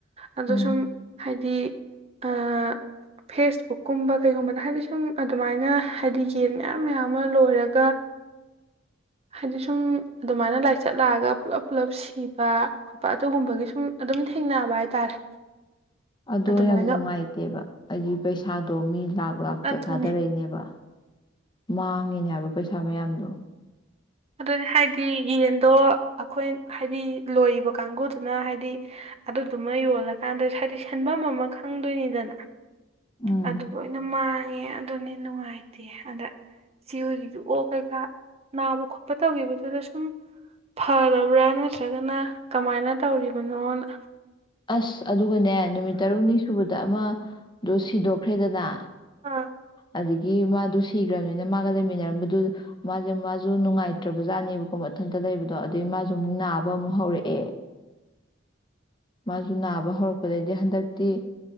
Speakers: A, on the right; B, on the left.
A: ꯑꯗꯣ
B: ꯎꯝ
A: ꯁꯨꯝ ꯍꯥꯏꯗꯤ ꯑ ꯐꯦꯁꯕꯨꯛ ꯀꯨꯝꯕ ꯀꯩꯒꯨꯝꯕꯗ ꯍꯥꯏꯗꯤ ꯁꯨꯝ ꯑꯗꯨꯃꯥꯏꯅ ꯍꯥꯏꯗꯤ ꯌꯦꯟ ꯃꯌꯥꯝ ꯃꯌꯥꯝ ꯑꯃ ꯂꯣꯏꯔꯒ ꯍꯥꯏꯗꯤ ꯁꯨꯝ ꯑꯗꯨꯃꯥꯏꯅ ꯂꯥꯏꯆꯠ ꯂꯥꯛꯑꯒ ꯄꯨꯂꯞ ꯄꯨꯜꯂꯞ ꯁꯤꯕ ꯈꯣꯠꯄ ꯑꯗꯨꯒꯨꯝꯕꯒꯤ ꯁꯨꯝ ꯑꯗꯨꯝ ꯊꯦꯡꯅꯕ ꯍꯥꯏꯇꯥꯔꯦ
B: ꯑꯗꯣ
A: ꯑꯗꯨꯃꯥꯏꯅ
B: ꯌꯥꯝ ꯅꯨꯡꯉꯥꯏꯇꯦꯕ ꯑꯩꯒꯤ ꯄꯩꯁꯥꯗꯣ ꯃꯤ ꯂꯥꯛ ꯂꯥꯛꯇ
A: ꯑꯗꯨꯅꯤ
B: ꯊꯥꯗꯔꯛꯏꯅꯦꯕ ꯃꯥꯡꯉꯤꯅꯦ ꯍꯥꯏꯕ ꯄꯩꯁꯥ ꯃꯌꯥꯝꯗꯣ
A: ꯑꯗꯨꯅꯦ ꯍꯥꯏꯗꯤ ꯌꯦꯟꯗꯣ ꯑꯩꯈꯣꯏ ꯍꯥꯏꯗꯤ ꯂꯣꯏꯔꯤꯕ ꯀꯥꯡꯒꯨꯗꯨꯅ ꯍꯥꯏꯗꯤ ꯑꯗꯨꯗꯨꯃ ꯌꯣꯜꯂꯀꯥꯟꯗ ꯍꯥꯏꯗꯤ ꯁꯦꯟꯚꯝ ꯑꯃ ꯈꯪꯗꯣꯏꯅꯤꯗꯅ
B: ꯎꯝ
A: ꯑꯗꯨ ꯂꫭꯏꯅ ꯃꯥꯡꯉꯦ ꯑꯦ ꯑꯗꯨꯅꯤ ꯅꯨꯡꯉꯥꯏꯇꯦ ꯑꯗ ꯏꯆꯦ ꯍꯣꯏꯒꯤꯗ ꯑꯣ ꯀꯩꯀꯥ ꯅꯥꯕ ꯈꯣꯠ ꯇꯧꯈꯤꯕꯗꯨꯗ ꯁꯨꯝ ꯐꯔꯕ꯭ꯔꯥ ꯅꯠꯇ꯭ꯔꯒꯅ ꯀꯃꯥꯏꯅ ꯇꯧꯔꯤꯕꯅꯣꯅ
B: ꯑꯁ ꯑꯗꯨꯒꯅꯦ ꯅꯨꯃꯤꯠ ꯇꯔꯨꯛꯅꯤ ꯁꯨꯕꯗ ꯑꯃꯗꯨꯣ ꯁꯤꯗꯣꯛꯈ꯭ꯔꯦꯗꯅ
A: ꯑꯥ
B: ꯑꯗꯒꯤ ꯃꯥꯗꯨ ꯁꯤꯒ꯭ꯔꯕꯅꯤꯅ ꯃꯥꯒ ꯂꯩꯃꯤꯟꯅꯔꯝꯕꯗꯨ ꯃꯥꯁꯦ ꯃꯥꯁꯨ ꯅꯨꯡꯉꯥꯏꯇ꯭ꯔꯕꯖꯥꯠꯅꯦꯕꯀꯣ ꯃꯊꯟꯇ ꯂꯩꯕꯗꯣ ꯑꯗꯨꯩ ꯃꯥꯁꯨ ꯑꯃꯨꯛ ꯅꯥꯕ ꯑꯃꯨꯛ ꯍꯧꯔꯛꯑꯦ ꯃꯥꯁꯨ ꯅꯥꯕ ꯍꯧꯔꯛꯄꯗꯩꯗꯤ ꯍꯟꯗꯛꯇꯤ